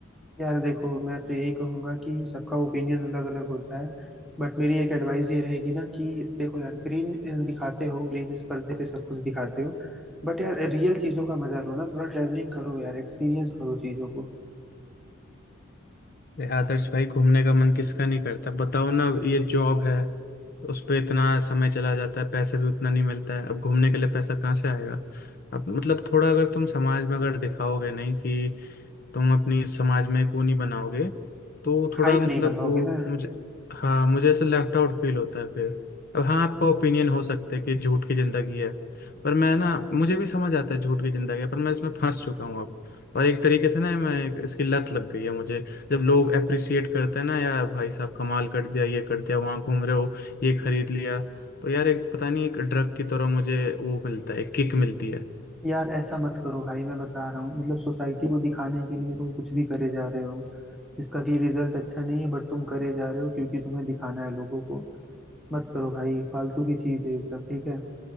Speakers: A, in the centre; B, on the left (about 45°).
A: यार देखो मैं तो यही कहूंगा कि सबका ओपिनियन अलग अलग होता है बट मेरी एक एडवाइस ये रहेगी ना कि देखो यार ग्रीन दिखाते हो ग्रीन इस पर्दे पे सब कुछ दिखाते हो बट यार रियल चीजों का मजा लो ना थोड़ा ट्रैवलिंग करो यार एक्सपीरियंस करो चीजों को
B: अरे आदर्श भाई घूमने का मन किसका नहीं करता बताओ ना ये जॉब है उस पे इतना समय चला जाता है पैसे भी उतना नहीं मिलता है अब घूमने के लिए पैसा कहाँ से आएगा अब मतलब थोड़ा अगर तुम समाज में अगर दिखाओगे नहीं कि तुम अपनी समाज में एक वो नहीं बनाओगे तो थोड़ा
A: हाइप नहीं
B: मतलब
A: बनाओगे
B: वो
A: ना
B: मुझे हाँ मुझे ऐसा लेफ्ट आउट फील होता है फिर अब हाँ आपका ओपिनियन हो सकता है कि झूठ की जिंदगी है पर मैं ना मुझे भी समझ आता है झूठ की जिंदगी है पर मैं इसमें फंस चुका हूँ अब और एक तरीके से ना मैं एक- इसकी लत लग गई है मुझे जब लोग अप्रिसिएट करते हैं ना यार भाई साहब कमाल कर दिया ये कर दिया वहाँ घूम रहे हो ये खरीद लिया तो यार एक पता नहीं एक ड्रग की तरह मुझे वो मिलता है एक किक मिलती है
A: यार ऐसा मत करो भाई मैं बता रहा हूँ मतलब सोसाइटी को दिखाने के लिए तुम कुछ भी करे जा रहे हो जिसका कि रिजल्ट अच्छा नहीं है बट तुम करे जा रहे हो क्योंकि तुम्हें दिखाना है लोगों को मत करो भाई फालतू की चीज है ये सब ठीक है